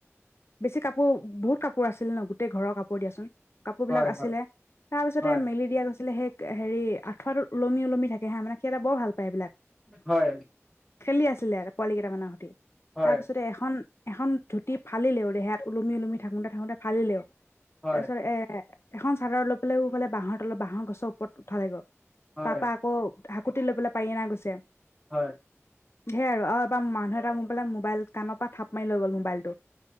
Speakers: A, on the left; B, in the centre.
A: বেছি কাপোৰ, বহুত কাপোৰ আছিল ন, গোটেই ঘৰৰ কাপোৰ হ'ব দিয়াচোন। কাপোৰ
B: হয়
A: বিলাক আছিলে,
B: হয়
A: তাৰ পিছতে
B: হয়
A: মেলি দিয়া গৈছিলে সেই হেৰি আঠুৱাটো ওলমি ওলমি থাকে হাঁ মানে সিহঁতে বৰ ভাল পায় এইবিলাক
B: হয়।
A: খেলি আছিলে আৰু পোৱালি কেইটামানৰ সতি
B: হয়
A: তাৰপিছতে এখন এখন ধুতি ফালিলেও দেহাত ওলমি ওলমি থাকোতে থাকোতে ফালিলেও
B: হয়
A: তাৰপিছত এ এখন চাদৰলৈ পেলাই হূফালে বাঁহৰ তলত বাঁহৰ গছৰ ওপৰত উঠালে গল।
B: হয়
A: তাপা আকৌ হাকুতি লৈ পেলা পাৰি অনা গৈছে।
B: হয়!
A: ধেৰ আৰু এবাৰ মানুহ এটা মোৰ পাই মোবাইল কাণৰ পৰা থাপ মাৰি লৈ গ'ল মোবাইলটো।